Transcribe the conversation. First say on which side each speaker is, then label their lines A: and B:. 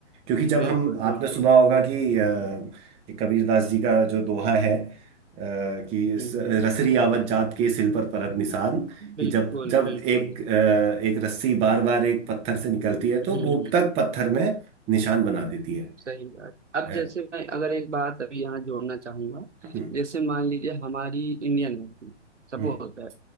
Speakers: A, on the right; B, on the right.
A: क्योंकि जब
B: बिल्कुल
A: हम
B: बिल्कुल
A: आपने सुना होगा कि अ, कबीरदास जी का जो दोहा है अ, कि
B: हम्म
A: स-
B: हम्म।
A: रसरी आवत जात के सिल पर परत निशान कि
B: बिल्कुल
A: जब जब
B: बिल्कुल
A: एक अ, एक रस्सी बार बार एक पत्थर से निकलती है तो
B: हम्म
A: वो तक पत्थर में निशान बना देती है
B: सही बात अब
A: अ,
B: जैसे मैं अगर एक बात अभी यहाँ जोड़ना चाहूंगा
A: हम्म
B: जैसे मान लीजिए हमारी इंडियन आर्मी सपोज
A: हम्म